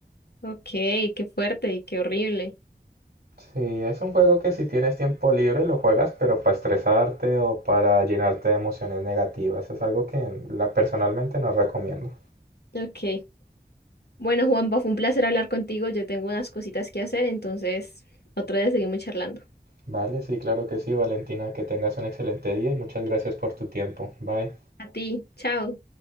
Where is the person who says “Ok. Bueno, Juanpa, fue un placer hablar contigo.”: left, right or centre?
Left